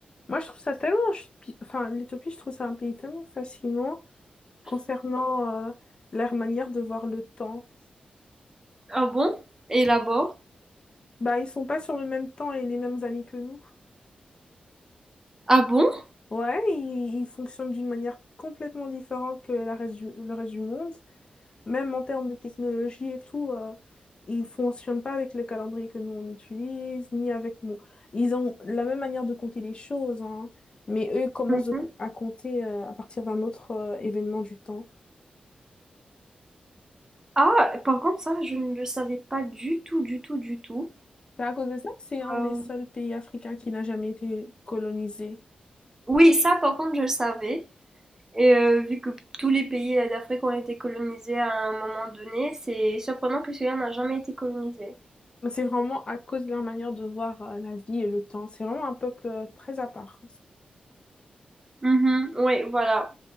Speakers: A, on the left; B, on the right.
A: Moi, je trouve ça tellement... ch- pi- Enfin, l'Éthiopie, je trouve ça un pays tellement fascinant concernant euh, leur manière de voir le temps.
B: Ah bon? Et là-bas?
A: Bah, ils sont pas sur le même temps et les mêmes années que nous.
B: Ah bon?
A: Ouais, ils il fonctionne d'une manière complètement différente que la reste du- le reste du monde. Même en termes de technologie et tout, euh, ils ne fonctionnent pas avec le calendrier que nous on utilise, ni avec nous. Ils ont la même manière de compter les choses, hein, mais eux commencent
B: Mhm.
A: de co- à compter euh, à partir d'un autre euh, événement du temps.
B: Ah, par contre, ça, je ne le savais pas du tout, du tout, du tout.
A: C'est à cause de ça que c'est un
B: Euh,
A: des seuls pays africains qui n'a jamais été colonisé.
B: Oui, ça, par contre, je le savais. Et euh, vu que tous les pays euh, d'Afrique ont été colonisés à un moment donné, c'est surprenant que celui-là n'a jamais été colonisé.
A: Mais C'est vraiment à cause de leur manière de voir euh, la vie et le temps. C'est vraiment un peuple euh, très à part.
B: Mhm, Oui, voilà.